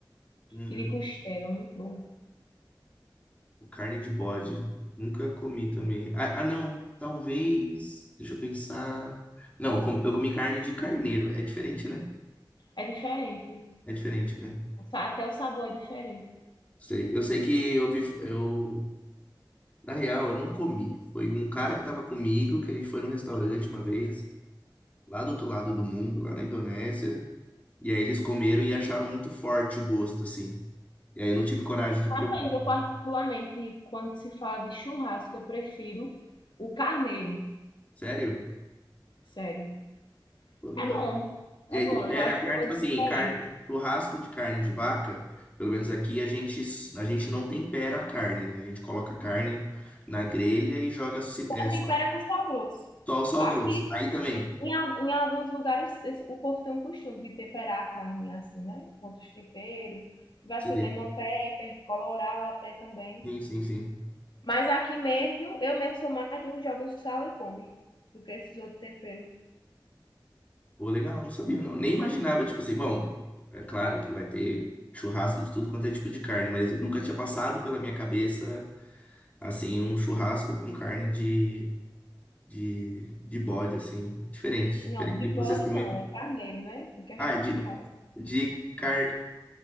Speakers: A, on the left (about 20°); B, on the left (about 70°).
A: Uhum.
B: E de costela, muito bom.
A: Carne de bode. Nunca comi também. Ah, ah, não. Talvez. Deixa eu pensar. Não, eu com- eu comi carne de carneiro. É diferente, né?
B: É diferente.
A: É diferente, né?
B: Até o sabor é diferente.
A: Sei. Eu sei que eu vi. Eu... Na real, eu não comi. Foi um cara que tava comigo, que a gente foi num restaurante uma vez, lá do outro lado do mundo, lá na Indonésia. E aí eles comeram e acharam muito forte o gosto, assim. E aí eu não tive coragem de
B: Rapaz,
A: provar.
B: eu
A: né?
B: particularmente, quando se fala de churrasco, eu prefiro o carneiro,
A: Sério?
B: sério.
A: Pô, legal.
B: É bom, é
A: E aí
B: bom,
A: tempera
B: eu acho
A: a carne,
B: um gosto
A: tipo assim,
B: diferente.
A: car... churrasco de carne de vaca, pelo menos aqui a gente, a gente não tempera a carne, né? A gente coloca a carne na grelha e joga se-
B: Só
A: é, só
B: tempera com sal grosso.
A: só o sal
B: Aqui,
A: grosso. Aí também.
B: em, al- em alguns lugares, esse- o povo tem o costume de temperar a carne assim, né? Com outros temperos, tipo assim,
A: Sim,
B: lemon pepper, colorau até também.
A: sim, sim. sim.
B: Mas aqui mesmo, eu mesmo sou mais de um jogo sal e come, do que esses outros temperos.
A: Pô, legal, não sabia não. Nem imaginava, tipo assim, bom, é claro que vai ter churrasco de tudo quanto é tipo de carne, mas eu nunca tinha passado pela minha cabeça assim, um churrasco com carne de, de, de bode, assim, diferente,
B: Não,
A: diferente
B: de
A: de vocês
B: bode
A: também.
B: não, é carneiro, né? Em questão
A: Ah,
B: de
A: de,
B: churrasco.
A: de car...